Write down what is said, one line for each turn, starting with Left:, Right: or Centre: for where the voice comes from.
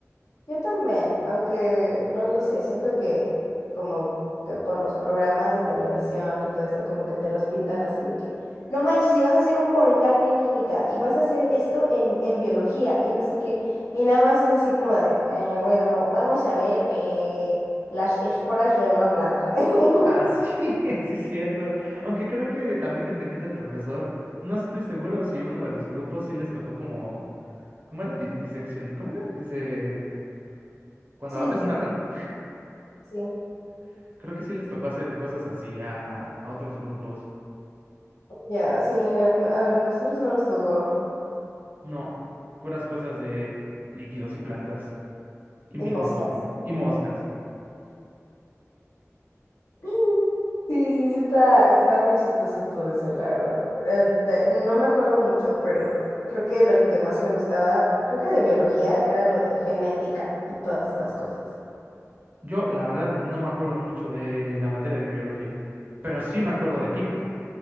Left: Yo también, aunque no lo sé, siento que como que por los programas de televisión y todo esto, como que te los pintan así de que, no manches, y vas a hacer un volcán en química, y vas a hacer esto en, en biología, y no sé qué, y nada más es así como de, "Eh, bueno, vamos a ver eh, las esporas de una planta. <laughs>
Right: Ah, sí, <laughs> sí es cierto. Aunque creo que también dependía del profesor. No estoy seguro si uno de los grupos sí les tocó como... ¿Cómo era? Di- disección. ¿Cómo era? Dice... Cuando
Left: Sí,
Right: abres
Left: dice,
Right: una rana.
Left: sí,
Right: <laughs> Creo que sí les tocó hacer cosas así a, a otros grupos.
Left: ya, sí, a, a nosotros no nos tocó,
Right: No. Puras cosas de líquidos y plantas. Y microscopio.
Left: y moscas.
Right: Y moscas.
Left: Sí, sí, sí, está, está muy chistoso todo eso, la verdad. Eh, te- no me acuerdo mucho, pero creo que lo que más me gustaba, creo que de biología, era lo de genética y todas estas cosas.
Right: Yo, la verdad, no me acuerdo mucho de la materia de biología. Pero sí me acuerdo de química.